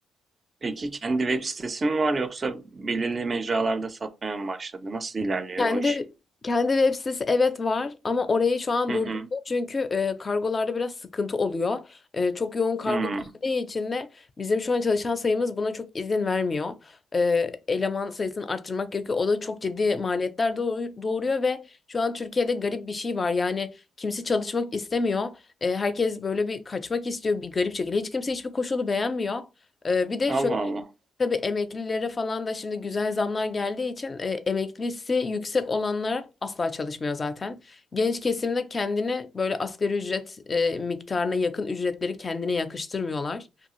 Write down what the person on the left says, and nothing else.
Kendi
kendi web sitesi evet var ama orayı şu an
durdurdu
çünkü e, kargolarda biraz sıkıntı oluyor. E, çok yoğun kargo
geldiği için de bizim şu an çalışan sayımız buna çok izin vermiyor. E, eleman sayısını arttırmak gerekiyor. O da çok ciddi maliyetler doğu- doğuruyor ve şu an Türkiye'de garip bir şey var. Yani kimse çalışmak istemiyor. E, herkes böyle bir kaçmak istiyor bir garip şekilde. Hiç kimse hiçbir koşulu beğenmiyor. E, bir de
şöyle
Tabii emeklilere falan da şimdi güzel zamlar geldiği için e, emeklisi yüksek olanlar asla çalışmıyor zaten. Genç kesimde kendini böyle asgari ücret e, miktarına yakın ücretleri kendine yakıştırmıyorlar.